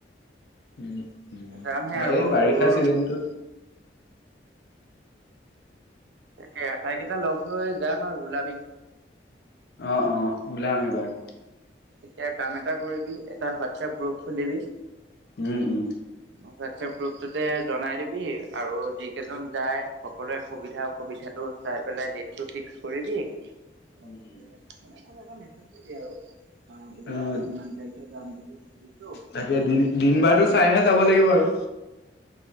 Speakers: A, on the left; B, on the right.
A: উম, উম।
B: যামহে আৰু
A: এই বাৰিষা
B: তোৰ
A: চিজনটোত
B: তাকে, আটাইকেইটা লগ হৈ যাম আৰু, ওলাবি।
A: অঁ, অঁ, ওলাম এইবাৰ।
B: এতিয়া কাম এটা কৰিবি, এটা হোৱাটছাপ গ্ৰুপ খুলিবি
A: উম, উম।
B: হোৱাটছাপ গ্ৰুপটোতে জনাই দিবি। আৰু যি কেইজন যায় সকলোৱৰে সুবিধা সুবিধাটো চাই পেলাই ডেটটো ফিক্স কৰিবি লগ মানে,
A: উম উম।
B: তোমাৰ তাত এটা মেছেজ দি দিয়া আক। আ, বোলে
A: অঁ
B: আমি ইমান তাৰিখে যাম বুলি ভাবিছো,
A: তাকে
B: তহঁতে
A: দিন
B: কি
A: দিন
B: ক?
A: বাৰটো চাইহে যাব লাগিব আৰু।